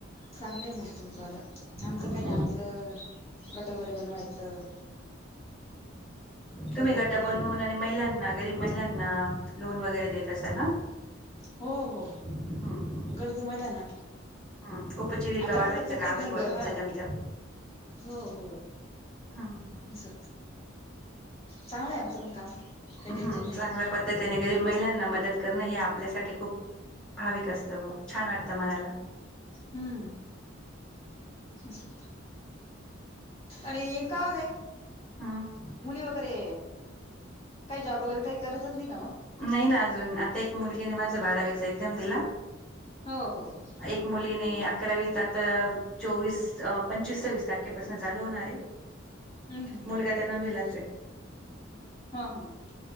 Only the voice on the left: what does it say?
चांगलंय मग तुमचं आलं, आमचं
काय नई आमचं गट वगैरे बनवाचं. परत
अम
हो-हो
गरजू महिलांना.
आता
कसं प्रत्येक
जन
ब
हां
हो-हो
असं, चांगलाय आमचं पण काम. काही
टेन्शन नाही
हम्, असं आणि काओदय
मुली वगैरे, काही जॉब वगैरे काही करतच नही का म?
हो-हो-हो
हम्म हम्म
हां-हां, हं